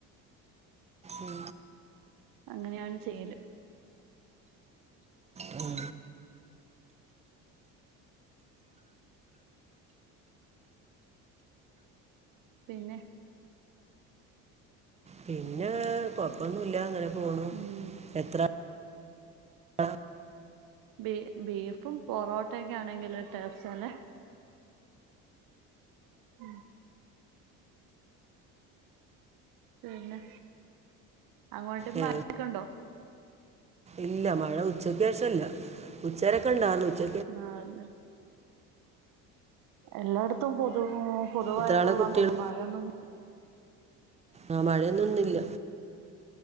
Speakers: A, on the right; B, on the right.
A: ഉം
B: അങ്ങനെയാണ് ചെയ്യല്.
A: ഉം
B: പിന്നെ
A: പിന്നെ കൊഴപ്പൊന്നുല്ല അങ്ങനെ പോണു.
B: ഉം,
A: എത്ര ആ
B: ബീ ബീഫും പൊറോട്ടെക്കെ ആണെങ്കില് ട്ടെസ്റ്റ അല്ലേ ഉം. പിന്നെ അങ്ങോട്ട്
A: ഏ,
B: മഴക്ക ഒണ്ടോ
A: ഇല്ല. മഴ ഉച്ചക്ക് ശേഷം ഇല്ല. ഉച്ചവരെക്കെ ഉണ്ടാർന്ന്. ഉച്ച
B: <unintelligible> എല്ലാടത്തും പൊതുമൊ പൊതുവായിട്ടുള്ള
A: എത്ര ആളെ കുട്ടികൾ
B: തോന്നുന്നു മഴന്നും
A: ആ മഴയൊന്നു ഇന്നില്ല